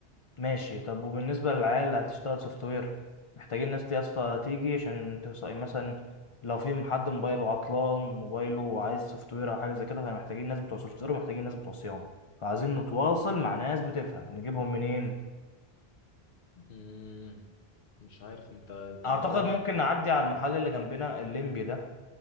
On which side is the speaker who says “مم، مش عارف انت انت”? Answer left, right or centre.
Left